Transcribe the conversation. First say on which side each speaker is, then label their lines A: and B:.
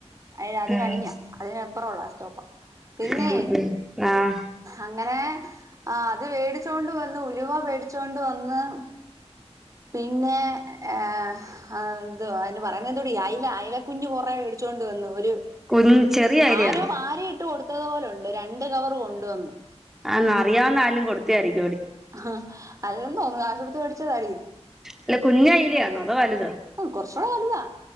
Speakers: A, on the right; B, in the centre.
A: അ അത്
B: ഉം
A: കഴിഞ്ഞ അതിന് അപ്പുറള്ള സ്റ്റോപ്പാ. പിന്നെയ്
B: ഉം ഉം ആഹ്
A: അങ്ങനെ ആ അത് വേടിചോ ഓണ്ട് വന്ന് ഉലുവ മേടിച്ചോണ്ട് വന്ന് പിന്നെ ഏഹ് എന്ത അയിന് പറയുന്നത് എന്തുവാടി അയല അയല കുഞ്ഞു കുറേ മേടിച്ചുകോണ്ട് വന്നു. ഒരു
B: കുഞ് ചെറിയ അയിലയാണോ
A: ആരോ വാരിയിട്ട് കൊടുത്തതു പോ ലുണ്ട് രണ്ട് കവർ കൊണ്ടുവന്നു.
B: ആ അറിയാവുന്ന ആരേലും കൊടുത്തയായിരിക്കും.
A: ആ അല്ല തോന്നുന്നു കാശോടുത്ത് മേടിച്ചതായിരിക്കു.
B: അല്ല കുഞ്ഞയിലാന്നോ അതോ വലുതോ
A: കുറച്ചൂടെ വലുതാ,